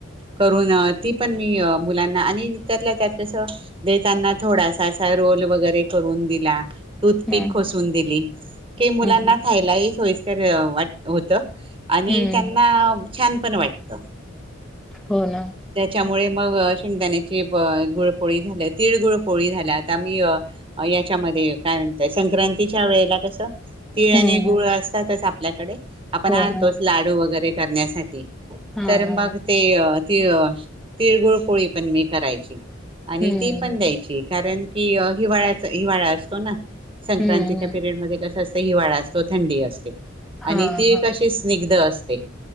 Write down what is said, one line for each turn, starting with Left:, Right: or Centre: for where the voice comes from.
Right: करून ती पण मी मुलांना आणि त्यातल्या त्यात कसं देताना थोडासा असा रोल वगैरे करून दिला. टूथपिक
Centre: हं,
Right: खोसून दिली की मुलांना
Centre: हं.
Right: खायलाही. तर वाट होत. आणि
Centre: हं.
Right: त्यांना. छान पण वाटत
Centre: हो ना.
Right: त्याच्यामुळे मग शेंगदाण्याची गुळपोळी झाल्या तीळ गुळपोळी झाल्या आता मी हीयाच्यामध्ये कायमचय संक्रांतीच्या वेळेला कसं तिळ
Centre: हं,
Right: आणि गुळ
Centre: हं.
Right: असतातच आप आपल्याकडे आपण
Centre: हो
Right: आणतोच
Centre: ना.
Right: लाडू वगैरे करण्यासाठी.
Centre: हां.
Right: तर मग ते. तिळ तिळगुळ पोळी पण मी करायची. आणि
Centre: हं.
Right: ती पण द्यायची. कारण की हिवाळ्याच हिवाळा अस हो ना. संक्रांतीच्या
Centre: हं.
Right: पिरियड मध्ये कसं असत. हिवाळा असतो, थंडी असते.
Centre: हां,
Right: आणि ती
Centre: हां.
Right: कशी स्निग्ध असते. आसते.